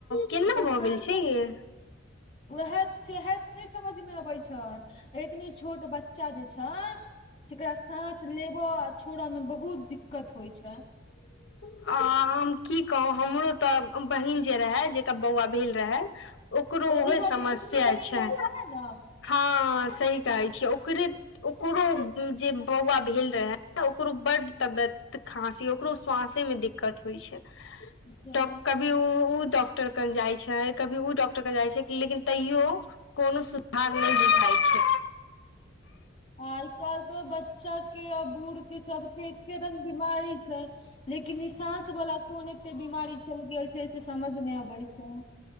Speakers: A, on the left (about 65°); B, on the left (about 30°).
A: केना
B: ओकर
A: भऽ
B: साँस
A: गेल छै य
B: <inaudible> उएह सएह नहि समझमे अबैत छै एतनी छोट बच्चा जे छै जेकरा साँस लेबय आ छोड़य मे बहुत दिक्कत होइत छै
A: अ हम की कहू हमरो तऽ बहिन जे रहे जेकरा बौआ भेल रहे ओकरो
B: ओ
A: उहे
B: इम्हर
A: समस्या
B: जे छोटकी बहिन
A: छै
B: रहे सएहे ने
A: हँ सही कहै छियै ओकरे ओकरो जे बौआ भेल रहै, ओकरो बड्ड तबियत खाँसी ओकरो स्वास। दिक्कत होइ छै
B: जा
A: की। डॉक्टर कन जाइ छै, कभी ओ डॉक्टर कन जाइ छै, लेकिन तैयो। कोनो सुभाग नहि देखै छै।
B: आइ काल्हि तो बच्चाके आ बूढ़के सभके एके रंग बिमारी छै। लेकिन निसास वाला कोन एते बीमारी चल गेल छै से समझ न अबे छै।